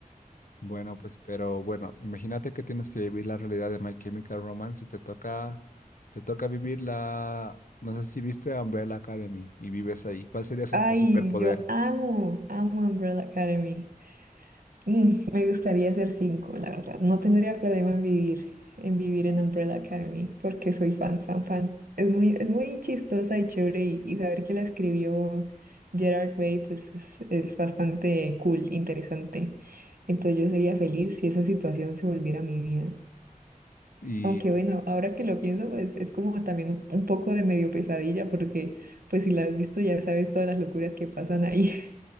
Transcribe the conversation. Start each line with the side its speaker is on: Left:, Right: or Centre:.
Left: Bueno, pues, pero bueno, imagínate que tienes que vivir la realidad de My Chemical Romance y te toca, te toca vivir la, no sé si viste Umbrella Academy y vives ahí. ¿Cuál sería su,
Right: Ay,
Left: tu superpoder?
Right: yo amo, amo Umbrella Academy. Mm, me gustaría hacer cinco, la verdad. No tendría problema en vivir, en vivir en Umbrella Academy, porque soy fan, fan, fan. Es muy, es muy chistosa y chévere y, y saber que la escribió Gerard Way, pues es, es bastante cool, interesante. Entonces yo sería feliz si esa situación se volviera mi vida.
Left: ¿Y
Right: Aunque bueno, ahora que lo pienso, pues es como también un, un poco de medio pesadilla, porque pues si la has visto ya sabes todas las locuras que pasan ahí. <laughs>